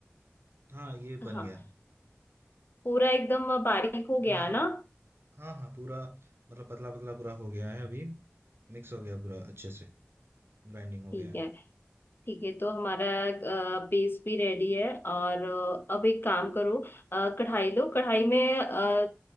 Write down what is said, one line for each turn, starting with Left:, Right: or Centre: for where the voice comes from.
Right: हाँ ये बन
Left: हाँ
Right: गया
Left: पूरा एकदम बारीक हो
Right: हाँ
Left: गया ना
Right: हाँ हाँ पूरा मतलब पतला पतला पूरा हो गया है अभी मिक्स हो गया पूरा अच्छे से ग्राइंडिंग हो
Left: ठीक
Right: गया है
Left: है ठीक है तो हमारा पेस्ट भी रेडी है और अ, अब एक काम करो अ, कढ़ाई लो कढ़ाई में अ,